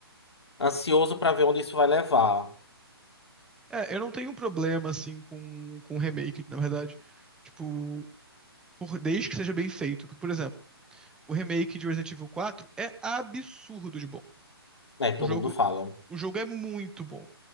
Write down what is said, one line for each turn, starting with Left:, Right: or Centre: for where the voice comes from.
Left: ansioso pra ver onde isso vai levar.
Centre: É, eu não tenho problema, assim, com, com remake, na verdade. Tipo, por- desde que seja bem feito. Porque, por exemplo, o remake de Resident Evil 4 é absurdo de bom.
Left: É, todo
Centre: O jogo,
Left: mundo fala.
Centre: o jogo é muito bom.